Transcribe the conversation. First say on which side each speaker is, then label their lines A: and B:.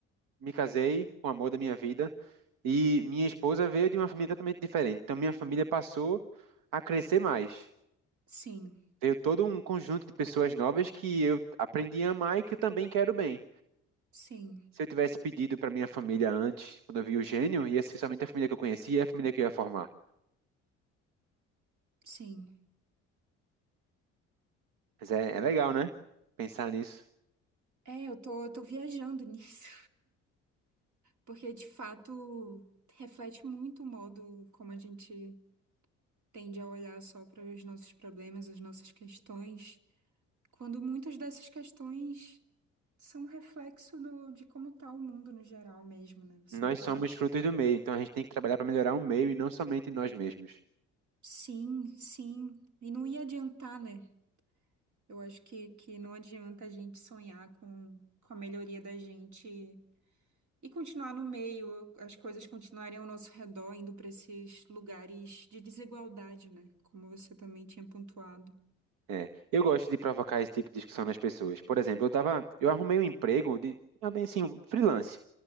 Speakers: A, on the right (about 75°); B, on the right (about 60°).
A: me casei com o amor da minha vida. E minha esposa veio de uma família totalmente diferente. Então, minha família passou a crescer mais.
B: Sim.
A: Veio todo um conjunto de pessoas novas que eu aprendi a amar e que eu também quero bem.
B: Sim.
A: Se eu tivesse pedido para minha família antes, quando eu vi o gênio, ia ser somente a família que eu conhecia e a família que eu ia formar.
B: Sim.
A: Mas é, é legal, né? Pensar nisso.
B: É, eu tô, eu tô viajando <laughs> nisso. Porque de fato reflete muito o modo como a gente tende a olhar só para os nossos problemas, as nossas questões, quando muitas dessas questões são reflexo do- de como está o mundo no geral mesmo, né? Você
A: Nós
B: tá,
A: somos frutos do meio, então a gente tem que trabalhar para melhorar o meio e não somente nós mesmos.
B: sim, sim, e não ia adiantar, né? Eu acho que, que não adianta a gente sonhar com, com a melhoria da gente E continuar no meio, as coisas continuarem ao nosso redor, indo para esses lugares de desigualdade, né? Como você também tinha pontuado.
A: É, eu gosto de provocar esse tipo de discussão nas pessoas. Por exemplo, eu tava, eu arrumei um emprego de, ah, bem assim, um freelance,